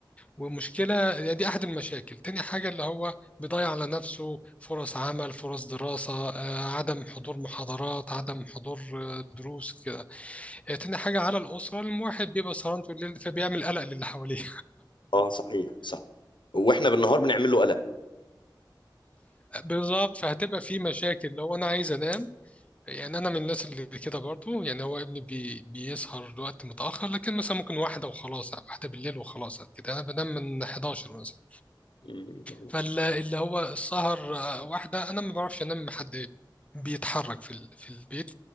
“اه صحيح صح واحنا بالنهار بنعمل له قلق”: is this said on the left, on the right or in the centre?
Left